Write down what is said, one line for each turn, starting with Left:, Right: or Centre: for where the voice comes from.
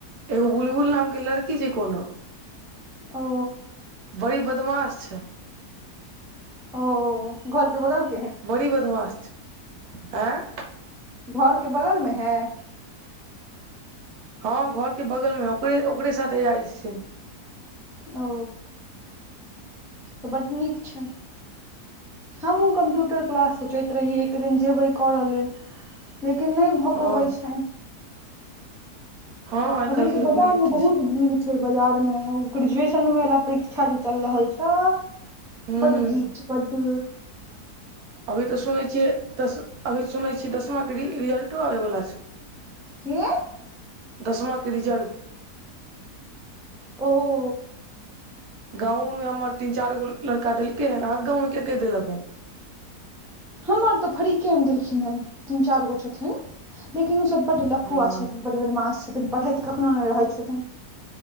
Right: एगो बुलबुल नाम कऽ लड़की छैय कोनो
Centre: ओ
Right: बड़ी बदमाश छैय
Centre: ओअ घरके बगलके
Right: बड़ी बदमाश छैह ऐंय
Centre: घरके बगलमे हैय
Right: हँ घर के बगल मे ओकरे ओकरे साथे जाइ छथिन
Centre: ओ तऽ बड्ड नीक छै हमहूँ कम्प्यूटर क्लास सोचैत रहीये एक दिन जेबै करऽ लेल लेकिन नै भऽ
Right: हँ
Centre: पबैय छैन
Right: हँ आइ
Centre: अभी
Right: काल्हि
Centre: तऽ
Right: के ओहने
Centre: बाजार मऽ
Right: अथी
Centre: बहुत
Right: छै
Centre: भीड़ छैय बाजार में ओ ग्रेजुएशन वाला परीक्षा जे चल रहल छो
Right: हूं
Centre: बड्ड भीड़ छै बड
Right: अभी तऽ सुनै छियै दस अभी सुनै छियै दसमाके रिजल्टो आबय वला छैय
Centre: कि
Right: दसवां कऽ रिजल्ट
Centre: ओ
Right: गाँवोमे हमर तीन चारगो लड़का देलकै हन अहाँकेँ गाँवमे केँ केँ देलक हन
Centre: हमर तऽ फरीकेँ में देलखिन हन तीन चारगो छथिन्ह लेकिन उसभ बड लफुआ
Right: हँ
Centre: छथिन्ह बड बदमास छथिन्ह पढ़ैत कखनो नै रहै छथिन्ह